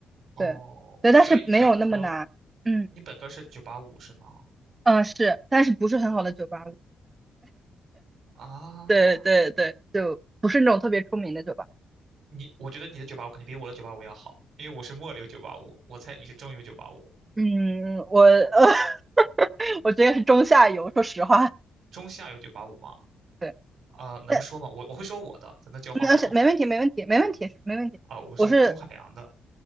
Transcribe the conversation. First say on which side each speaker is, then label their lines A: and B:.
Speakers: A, on the right; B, on the right.
A: 哦，
B: 对对，但是没有那么难，
A: 所以你本科，
B: 嗯
A: 你本科是九八五是吗？
B: 嗯是，但是不是很好的九八五，
A: 啊，
B: 对对对，就不是那种特别出名的酒吧。
A: 你，我觉得你的九八五肯定比我的九八五要好，因为我是末流九八五，我猜你是中游九八五，
B: 嗯，我呃，<laughs> 我觉得是中下游，说实话。
A: 中下游九八五吗？
B: 对，
A: 啊，能说吗？
B: 那
A: 我我会说我的，咱能交换吗？
B: 那是没问题，没问题，没问题，没问题。
A: 啊，我是中海洋的，
B: 我是